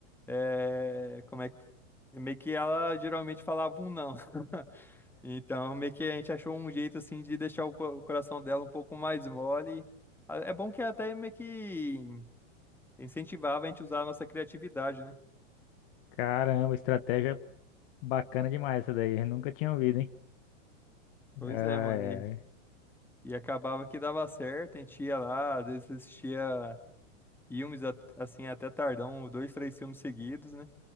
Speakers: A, in the centre; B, on the left (about 50°).
A: é, como é que... Meio que ela geralmente falava um não. <laughs> Então, meio que a gente achou um jeito assim de deixar o co- o coração dela um pouco mais mole. A- É bom que até meio que incentivava a gente a usar a nossa criatividade, né?
B: Caramba, estratégia bacana demais essa daí. Eu nunca tinha ouvido, hein?
A: Pois
B: Ai,
A: é, mano. E,
B: ai.
A: e acabava que dava certo, a gente ia lá, às vezes assistia filmes a- assim até tardão, dois, três filmes seguidos, né?